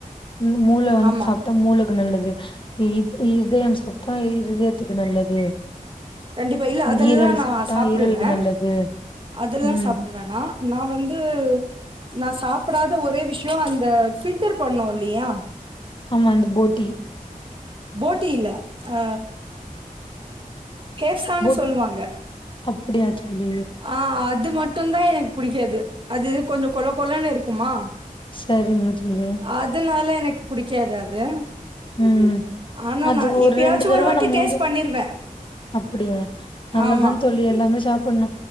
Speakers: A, on the left; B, on the right.
A: ம் மூள வந்
B: ஆமா
A: சாப்ட்டா மூளக்கு நல்லது இ இத் இதயம் சாப்ட்டா இ இருதயத்துக்கு நல்லது
B: கண்டிப்பா இல்ல அதெல்லா
A: ஈரல்
B: நா
A: சாப்ட்டா
B: சாப்புடுவே
A: ஈரலுக்கு நல்லது
B: அதெல்லா
A: ம்
B: சாப்புட் வே நா நா வந்து நா சாப்படாத ஒரே விஷ்யோ அந்த ஃபில்டர் பண்ணுவோல்லியா
A: ஆமா அந்த போட்டி
B: போட்டி இல்ல ஆ கேசான்னு
A: போட்
B: சொல்வாங்க
A: அப்டியா தோழி
B: ஆ அது மட்டு தா எனக்கு புடிக்காது அது கொஞ்ச கொழ கொழன்னு இருக்குமா
A: சரிங்க தோழி
B: அதனால எனக்கு புடிக்காது அது
A: ம்
B: ஆனா
A: அது
B: நா எப்பயாச்சு
A: ரெண்டு தடவ
B: ஒரு வாட்டி
A: நம்ம
B: டேஸ்ட்
A: வந்து
B: பண்ணிருவே
A: அப்டியா நல்லதுதா
B: ஆமா
A: தோழி எல்லாமே சாப்புணு